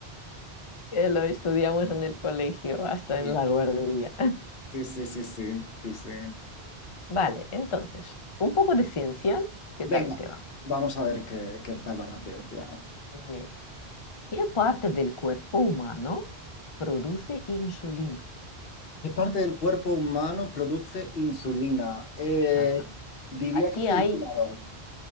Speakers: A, on the left; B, on the left.
A: que lo estudiamos en el colegio, hasta
B: Sí,
A: en la guardería. <laughs>
B: sí, sí, sí, sí, sí, sí.
A: Vale, entonces, un poco de ciencia, ¿qué tal
B: Venga,
A: te va?
B: vamos a ver qué, qué tal va la ciencia.
A: Mira, ¿qué parte del cuerpo humano produce insulina?
B: ¿Qué parte del cuerpo humano produce insulina? Eh,
A: Ajá.
B: diría
A: Aquí
B: que es
A: hay,
B: el hígado.